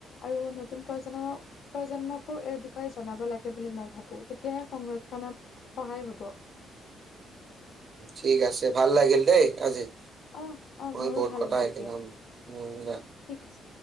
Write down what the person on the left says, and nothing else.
আৰু নতুন প্ৰজন্ম প্ৰজন্মকো এইৰ বিষয়ে জনাব লাগে বুলি মই ভাবো, তেতিয়াহে সংৰক্ষনত সহায় হ'ব। <unintelligible>
অ, অ,,
মোৰো
ভাল
লাগিল
দিয়া,
ঠিক আছে।